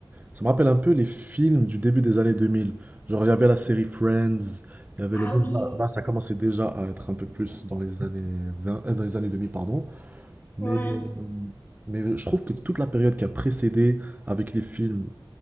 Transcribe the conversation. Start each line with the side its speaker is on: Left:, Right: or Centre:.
Right: Ça me rappelle un peu les films du début des années 2000. Genre, il y avait la série Friends, il y avait
Left: Ah,
Right: le... bon,
Left: oui,
Right: Là,
Left: oui,
Right: là, ça commençait déjà à être un peu plus dans les années 20, euh, dans les années 2000 pardon. Mais,
Left: oui. Ouais.
Right: euh, mais je trouve que toute la période qui a précédé avec les films,